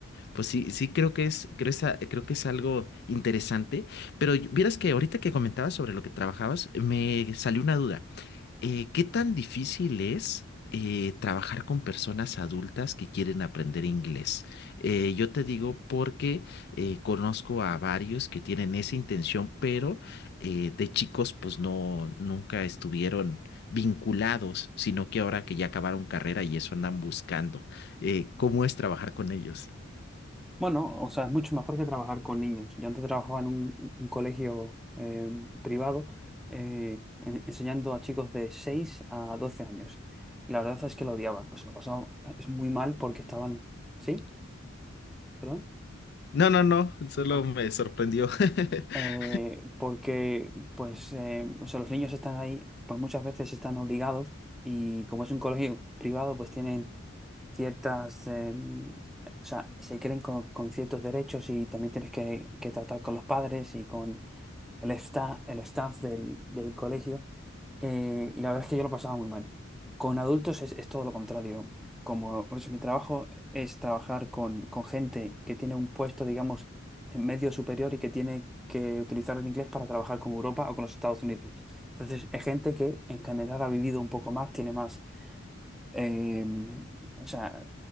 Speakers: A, on the left; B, in the centre.
A: Pues sí, sí creo que es, creo, es a- creo que es algo interesante, pero y- vieras que ahorita que comentabas sobre lo que trabajabas, me salió una duda. Eh, ¿qué tan difícil es eh, trabajar con personas adultas que quieren aprender inglés? Eh, yo te digo porque eh, conozco a varios que tienen esa intención, pero eh, de chicos pues no, nunca estuvieron vinculados, sino que ahora que ya acabaron carrera y eso andan buscando. Eh, ¿cómo es trabajar con ellos?
B: Bueno, o sea, es mucho mejor que trabajar con niños. Yo antes trabajaba en un, un colegio eh, privado eh, en- enseñando a chicos de 6 a 12 años. Y la verdad es que lo odiaba. O sea, lo pasaba es muy mal porque estaban... ¿Sí? ¿Perdón?
A: No, no, no, solo
B: Ah.
A: me sorprendió. <laughs>
B: eh, porque pues, eh, o sea, los niños están ahí, pues muchas veces están obligados y como es un colegio privado, pues tienen ciertas, eh, o sea, se creen con, con ciertos derechos y también tienes que, que tratar con los padres y con, el staff, el staff del, del colegio, eh, y la verdad es que yo lo pasaba muy mal. Con adultos es, es todo lo contrario. Como o sea, mi trabajo es trabajar con, con gente que tiene un puesto, digamos, en medio superior y que tiene que utilizar el inglés para trabajar con Europa o con los Estados Unidos. Entonces, es gente que en general ha vivido un poco más, tiene más eh, o sea,